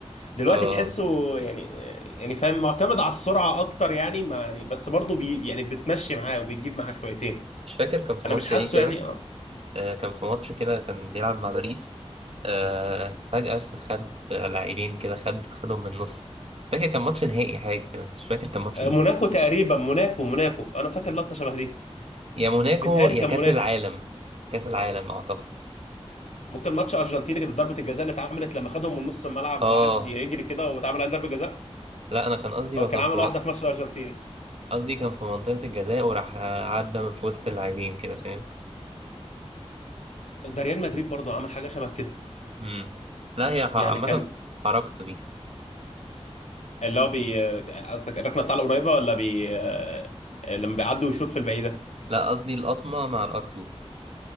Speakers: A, on the left (about 85°); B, on the right (about 60°).
A: دلوقتي
B: آه
A: تحسه يعني يعني فاهم معتمد على السرعة أكتر يعني ما يعني بس برضه بي يعني بتمشي معاه وبتجيب معاه شويتين
B: مش فاكر كان في
A: أنا
B: ماتش
A: مش حاسه
B: ايه كده
A: يعني اه
B: آه، كان في ماتش كده كان بيلعب مع باريس آه، فجأة بس خد لاعبين كده خد خدهم من النص فاكر كان ماتش نهائي حاجة كده بس مش فاكر كان ماتش
A: موناكو
B: ايه
A: تقريبا موناكو موناكو أنا فاكر لقطة شبه دي
B: يا موناكو
A: بيتهيألي
B: يا
A: كان
B: كأس
A: موناكو
B: العالم كأس العالم أعتقد
A: ممكن ماتش أرجنتيني كانت ضربة الجزاء اللي اتعملت لما خدهم من نص الملعب
B: اه
A: وقعد يجري كده واتعمل عليه ضربة جزاء
B: لا أنا كان قصدي
A: هو
B: هو
A: كان
B: كان
A: عمل
B: في من-
A: واحده في ماتش الارجنتين
B: قصدي كان في منطقة الجزاء وراح آه، عدى من في وسط اللاعبين كده فاهم
A: ده ريال مدريد برضو عمل حاجه شبه كده
B: مم. لا هي ح- عامة
A: يعني كان
B: حركته دي
A: اللي هو بي بي- قصدك الركنه بتاع القريبه ولا بي آه، لما بيعدي ويشوط في البعيده
B: لا قصدي القطمة مع الار 2